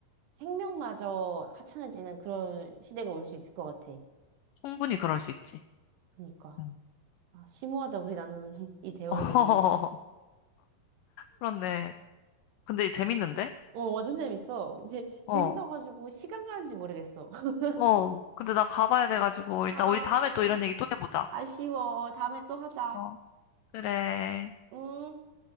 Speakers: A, on the right (about 85°); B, on the left (about 80°).
A: 생명마저 하찮아지는 그런 시대가 올 수 있을 것 같아.
B: 충분히 그럴 수 있지.
A: 그니까.
B: 응.
A: 아, 심오하다, 우리 나누는 <laughs> 이 대화들이.
B: <laughs> 어, 그렇네. 근데 재밌는데?
A: 어, 완전 재밌어. 이제 재밌어가지고
B: 어,
A: 시간 가는지 모르겠어. <laughs>
B: 어. 근데 나 가봐야 돼가지고, 일단
A: 아,
B: 우리 다음에 또 이런 얘기 또 해보자.
A: 아쉬워. 다음에 또 하자.
B: 어. 그래.
A: 응?